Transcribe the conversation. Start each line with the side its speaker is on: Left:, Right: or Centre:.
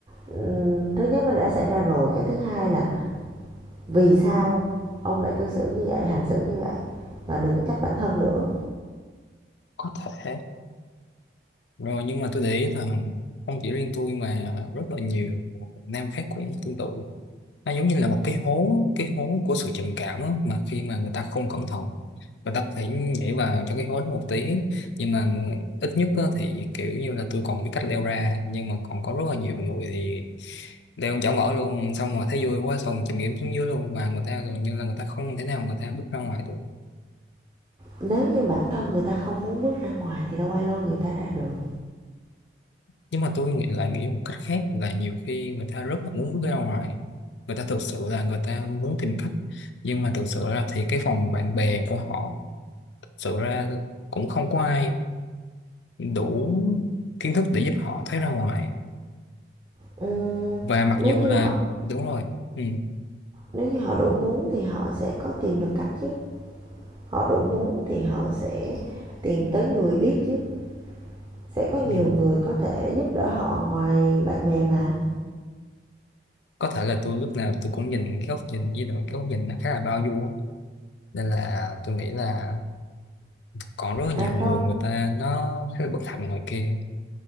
Right: Ừ, thứ nhất nó đã xảy ra rồi, cái thứ hai là vì sao ông lại cư xử như vậy, hành xử như vậy và đừng có trách bản thân nữa.
Left: có thể rồi nhưng mà tôi để ý là không chỉ riêng tôi mà rất là nhiều Việt nam khác cũng tương tự nó giống như là một cái hố cái hố của sự trầm cảm á, mà khi mà người ta không cẩn thận người ta có thể nhảy vào trong cái hố đó một tí nhưng mà ít nhất á, thì kiểu như là tôi còn biết cách leo ra nhưng mà còn có rất là nhiều người thì leo chỏng ở luôn xong rồi thấy vui quá xong chìm nghỉm xuống dưới luôn và người ta gần như là người ta không thể nào người ta bước ra ngoài được
Right: Nếu như bản thân người ta không muốn bước ra ngoài thì đâu ai lôi người ta ra được.
Left: nhưng mà tôi nghĩ là nghĩ một cách khác là nhiều khi người ta rất là muốn bước ra ngoài người ta thực sự là người ta muốn tìm cách nhưng mà thực sự ra thì cái vòng bạn bè của họ thực sự ra cũng không có ai đủ kiến thức để giúp họ thấy ra ngoài
Right: Ừm,
Left: và mặc
Right: nếu
Left: dù
Right: như
Left: là
Right: họ
Left: đúng rồi ừ,
Right: nếu như họ đủ muốn thì họ sẽ có tìm được cách chứ họ đủ muốn thì họ sẽ tìm tới người biết chứ sẽ có nhiều
Left: ừ.
Right: người có thể giúp đỡ họ ngoài bạn bè mà
Left: có thể là tôi lúc nào tôi cũng nhìn cái góc nhìn với lại cái góc nhìn nó khá là bao dung á. nên là tôi nghĩ là còn rất là nhiều
Right: à
Left: người
Right: không
Left: người ta nó khá là bất hạnh ngoài kia